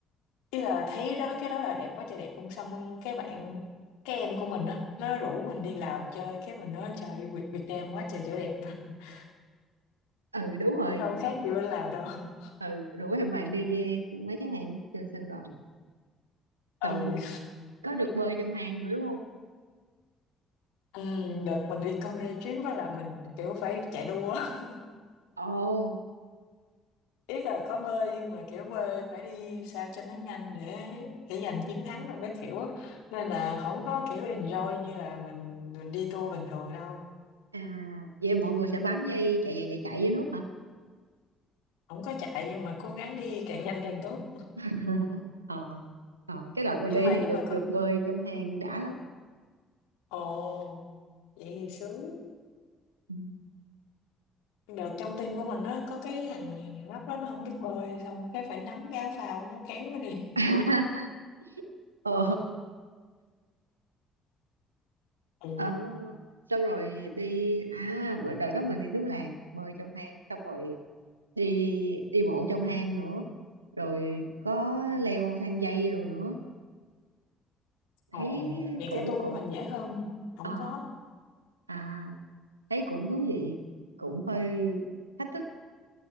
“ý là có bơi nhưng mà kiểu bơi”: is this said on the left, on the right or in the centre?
Left